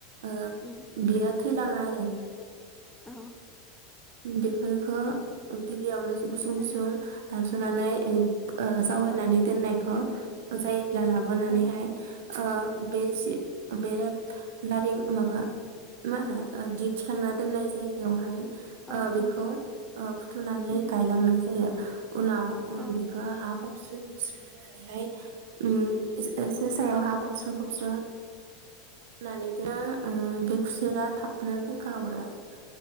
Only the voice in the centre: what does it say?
उम
औ
उम
औ
औ
औ
औ
औ
उम
औ